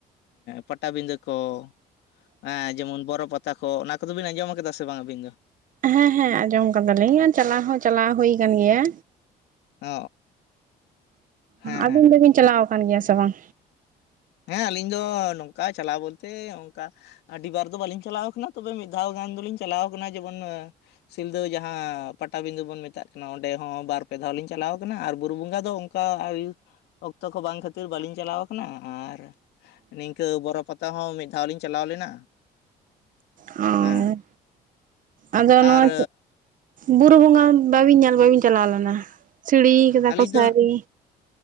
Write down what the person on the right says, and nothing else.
ᱦᱮᱸ ᱦᱮᱸ ᱟᱸᱡᱚᱢ ᱠᱟᱫᱟᱞᱤᱧ ᱟᱨ ᱪᱟᱞᱟᱣ ᱦᱚᱸ ᱪᱟᱞᱟᱣ ᱦᱳᱭ ᱟᱠᱟᱱ ᱜᱮᱭᱟ᱾
ᱟᱹᱵᱤᱱ
ᱫᱚᱵᱤᱱ ᱪᱟᱞᱟᱣ ᱟᱠᱟᱱ ᱜᱮᱭᱟ ᱥᱮ ᱵᱟᱝ?
ᱚ
ᱟᱫᱚ
ᱱᱚᱣᱟ ᱵᱩᱨᱩ ᱵᱚᱸᱜᱟ ᱵᱟᱵᱤᱱ ᱧᱮᱞ ᱵᱟᱵᱤᱱ ᱪᱟᱞᱟᱣ ᱞᱮᱱᱟ ᱥᱤᱲᱤ ᱠᱮᱫᱟ
ᱠᱚ ᱥᱮ
ᱟᱣᱨᱤ